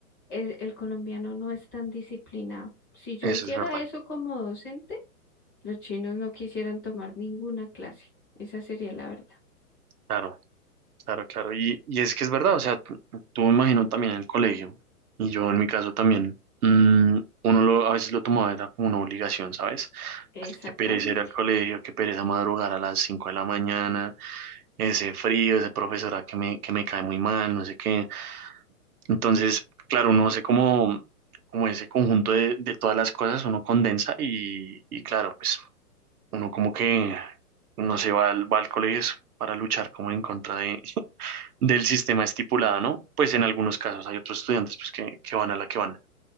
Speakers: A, on the left (about 15°); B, on the right (about 70°).
A: el, el colombiano no es tan disciplinado. Si yo
B: eso
A: hiciera
B: es verdad.
A: eso como docente, los chinos no quisieran tomar ninguna clase. Esa sería la verdad.
B: Claro. Claro, claro. Y, y es que es verdad, o sea, tú, tú me imagino también en el colegio, y yo en mi caso también, mm, uno lo, a veces lo tomaba era como una obligación, ¿sabes?
A: Exactamente.
B: Ay, Qué pereza ir al colegio, qué pereza madrugar a las 5 de la mañana, ese frío, ese profesora que me, que me cae muy mal, no sé qué. Entonces, claro, uno hace como, como ese conjunto de, de todas las cosas, uno condensa y, y claro, pues uno como que no se va al, va al colegio es para luchar como en contra de, del sistema estipulado, ¿no? Pues en algunos casos hay otros estudiantes pues que, que van a la que van,